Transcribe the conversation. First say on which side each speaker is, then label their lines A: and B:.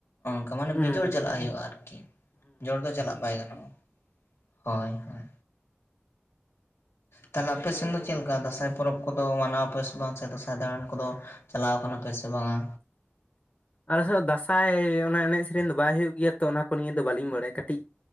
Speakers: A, on the left; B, on the left.
A: ᱚᱱᱠᱟ ᱢᱟᱱᱮ
B: ᱦᱩᱸ
A: ᱵᱤᱡᱚᱲ ᱪᱟᱞᱟᱜ ᱦᱩᱭᱩᱜᱼᱟ ᱟᱨᱠᱤ ᱡᱚᱲ ᱫᱚ ᱪᱟᱞᱟᱜ ᱵᱟᱭ ᱜᱟᱱᱚᱜᱼᱟ ᱦᱳᱭ᱾ ᱦᱳᱭ ᱛᱟᱦᱚᱞᱮ ᱟᱯᱮ ᱥᱮᱱ ᱫᱚ ᱪᱮᱫ ᱞᱮᱠᱟ ᱫᱟᱸᱥᱟᱭ ᱯᱚᱨᱚᱵᱽ ᱠᱚᱫᱚ ᱢᱟᱱᱟᱣ ᱟᱯᱮ ᱥᱮ ᱵᱟᱝ ᱥᱮ ᱫᱟᱸᱥᱟᱭ ᱫᱟᱲᱟᱱ ᱠᱚᱫᱚ ᱪᱟᱞᱟᱣ ᱟᱠᱟᱱᱟ ᱯᱮ ᱥᱮ ᱵᱟᱝᱼᱟ
B: ᱟᱞᱮ ᱥᱮᱫᱚ ᱫᱟᱸᱥᱟᱭ ᱚᱱᱟ ᱮᱱᱮᱡ ᱥᱮᱨᱮᱧ ᱫᱚ ᱵᱟᱭ ᱦᱩᱭᱩᱜ ᱜᱮᱭᱟ ᱛᱚ ᱚᱱᱟ ᱠᱚ ᱱᱤᱭᱟᱹ ᱫᱚ ᱵᱟᱹᱞᱤᱧ ᱵᱟᱲᱟᱭᱟ ᱠᱟᱹᱴᱤᱡ